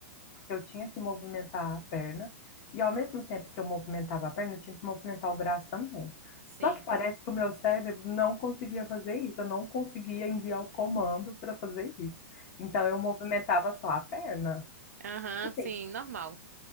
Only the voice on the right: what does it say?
sim.
Aham,
sim, normal.